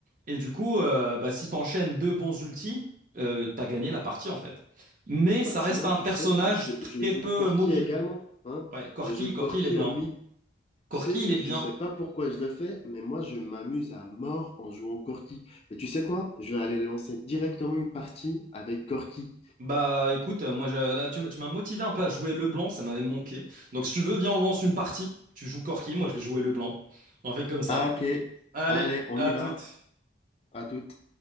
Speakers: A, on the right; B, on the left.
A: Et du coup, euh, bah, si tu enchaînes deux bons ultis, euh, t'as gagné la partie en fait. Mais
B: Bah,
A: ça
B: sinon,
A: reste un
B: tu
A: personnage
B: sais, je,
A: très
B: je joue
A: peu
B: Corki
A: mobile.
B: également. Hein?
A: Ouais, Corky,
B: Je joue
A: Corky,
B: Corki
A: il est bien.
B: au mythe.
A: Corky,
B: Tu sais,
A: il est bien.
B: je sais pas pourquoi je le fais, mais moi, je m'amuse à mort en jouant au Corki. Et tu sais quoi? Je vais aller lancer directement une partie avec Corki.
A: Bah écoute, moi je- là tu, m'as- tu m'as motivé un peu à jouer Leblanc, ça m'avait manqué. Donc si tu veux, viens, on lance une partie. Tu joues Corky, moi je vais jouer Leblanc. On fait comme ça.
B: Ah, ok.
A: Allez,
B: Allez, on
A: à
B: y va.
A: toutes.
B: À toute.